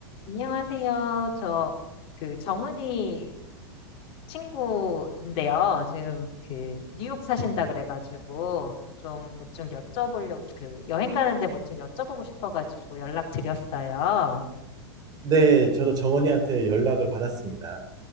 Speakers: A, on the left (about 45°); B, on the right (about 30°).
A: 안녕하세요. 저, 그, 정은이 친구인데요. 지금, 그, 뉴욕 사신다 그래가지고, 좀, 뭐 좀 여쭤보려고, 그, 여행 가는데 뭐 좀 여쭤보고 싶어가지고 연락드렸어요.
B: 네. 저도 정언니한테 연락을 받았습니다.